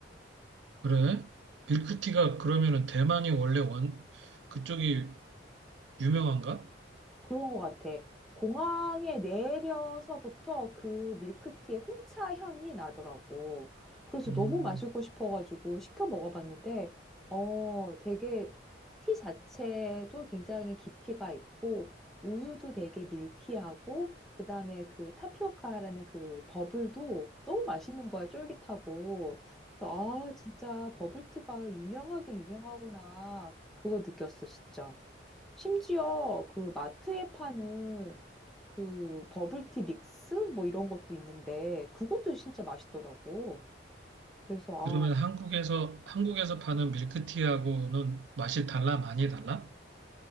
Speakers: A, on the right (about 80°); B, in the centre.
A: 그래? 밀크티가 그러면은 대만이 원래 원 그쪽이 유명한가?
B: 그런 것 같아. 공항에 내려서부터 그 밀크티의 홍차 향이 나더라고. 그래서
A: 음.
B: 너무 마시고 싶어가지고 시켜 먹어봤는데, 어, 되게 티 자체도 굉장히 깊이가 있고, 우유도 되게 밀키하고, 그 다음에 그 타피오카라는 그 버블도 너무 맛있는 거야, 쫄깃하고. 그래서 아, 진짜 버블티가 유명하게 유명하구나. 그거 느꼈어, 진짜. 심지어 그 마트에 파는 그 버블티 믹스 뭐 이런 것도 있는데 그것도 진짜 맛있더라고. 그래서
A: 그러면
B: 아,
A: 한국에서 한국에서 파는 밀크티하고는 맛이 달라? 많이 달라?